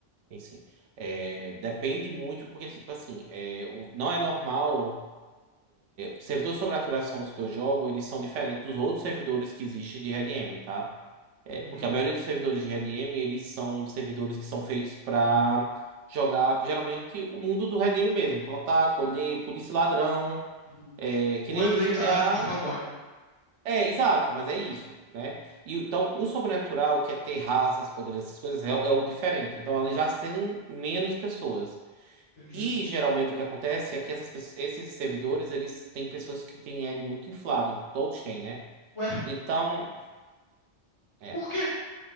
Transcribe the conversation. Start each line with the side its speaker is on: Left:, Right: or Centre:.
Right: Tem sim. É, depende muito, porque, tipo assim, é, o, não é normal. Servidores sobre atualizações que eu jogo, eles são diferentes dos outros servidores que existem de RedM, tá? É,
Left: Uhum,
Right: porque a maioria dos servidores de RedM, eles são servidores que são feitos para jogar, geralmente, o mundo do RedM mesmo. Plantar, colher, polícia e ladrão,
Left: uhum.
Right: é, que
Left: O
Right: nem
Left: roleplay
Right: os do GTA.
Left: clássico de cowboy, né?
Right: É, exato, mas é isso, né? E, então, o sobrenatural, que é ter raças, poderes, essas coisas, é, é o diferente. Então, ela já tem menos pessoas.
Left: Entendi.
Right: E geralmente o que acontece é que essas, pe- esses servidores, eles têm pessoas que têm ego muito inflado. Todos têm, né?
Left: Ué,
Right: Então, é.
Left: por quê?